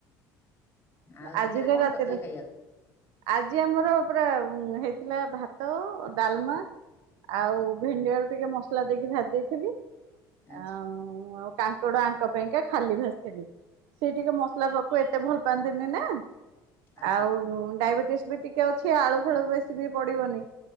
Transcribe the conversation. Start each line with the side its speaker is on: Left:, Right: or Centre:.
Left: ଆଉ
Right: ଆଜିର
Left: ଦିନରେ କଣ
Right: ରାତିରେ
Left: କରିଥିଲେ ଖାଇବା
Right: ଆଜି ଆମର ପୁରା ହେଇଥିଲା ଭାତ ଡାଲମା ଆଉ ଭେଣ୍ଡିଆଳୁ ଟିକେ ମସଲା ଦେଇକି ଭାଜି ଦେଇଥିଲି
Left: ଆଚ୍ଛା
Right: ଆଉ ମୁଁ ଆଉ କାଙ୍କଡ ଆଙ୍କ ପାଇଁକା ଖାଲି ଭାସିଥିଲି ସେ ଟିକେ ମସଲା ପାଖକୁ ଏତେ ଭଲ କୁହନ୍ତି ନା
Left: ଆଚ୍ଛା
Right: ଆଉ ଡାଇବେଟିସ୍ ବି ଟିକ ଟିକେ ଅଛି ଆଳୁ ଫାଳୁ ବେଶୀ ବି ପଡିବନି